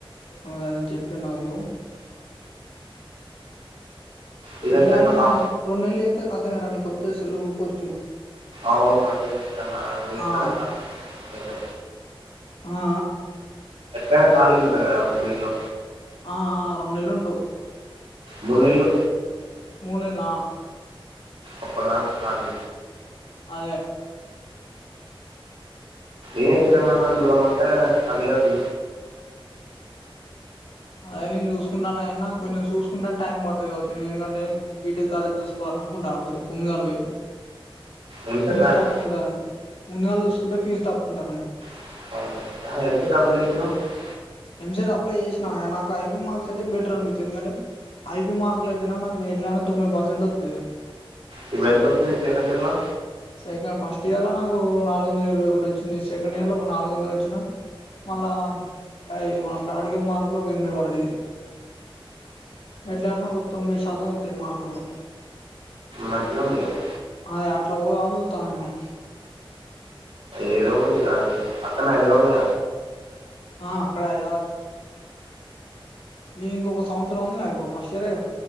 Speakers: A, on the left (about 80°); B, on the right (about 80°).
A: అ అదే చెప్పిడు నాకు
B: లేదంటే
A: ఎట్లా
B: అట్లా
A: అయిన్నా
B: మా
A: మంచి రెండు నెలలు అయితే కతమరా నీ కొొస్తే సెల్లు ఉనుకోవచ్చు
B: అవును అదేదిస్తానా ఇ
A: ఆ ఆ
B: కా
A: ఆ
B: ఎైనా ఖాళీ ఉంటుంది కదా మున్న ఇళ్ళలో
A: ఆ రెండు నెలలుంటావు
B: మునులు
A: మూనలా
B: అప్పుడుదా సదు
A: అదే
B: ఏనే కర మ చూడమంట తన్న చూ
A: అదే నేను చూసుకుంటానుయన్న కొంచెం చూసు చకుంట టైం పద అవుతుంది ఎందుకంటే బీటెక్ కాలేజ్ చూసుకోవాల అనుకుంటాను కొంచెం పుందుగాలు పోే
B: ఎంసెట్
A: ఫీజు
B: రాని
A: తక్కువ ఉంటు అని ముంద నేళ్ళలు చూసుకుంటే ఫీజు తక్కు ఉంటు అని
B: <inaudible>
A: ఎంసర్ అప్లై చేసినా నాకు ఐపీ మార్క్స్ అయితే బెటర్ అనిపిస్తుంది ఐపి మార్క్ లో అయితేనేకు ఎట్లా తొంభై పర్సెంట్ వవుతుంది
B: ఇప్పుడు ఎంత వస్తుంది సెకండ్ ఇయర్లో
A: సక ఫస్ట్ ఇయర్లా నాకు నాలుగు వందల ఇరవ ఒకటి వచ్చింది సెకండ్ ఇయర్ లో ఒక నాలుగు వందలు వచ్చిన మళ్ళా అ మన ప్రటికల్ మార్కులకు ఒక ఎనభై పడది ఎట్లాన్నా ఒక తొంభై శాతం వతాయి మార్కులు
B: మంచిగా ఉంది కదా.
A: అదే అట్లా పోద అందుతా నేను
B: ఏదో పడి రా అది అక్కనే హైదరాళన్న
A: ఆ అక్కడ అయి రాదు నేను ఇంకొక సంవత్సరం అని ఇప్పుడు ఫస్ట్ ఇయర్ే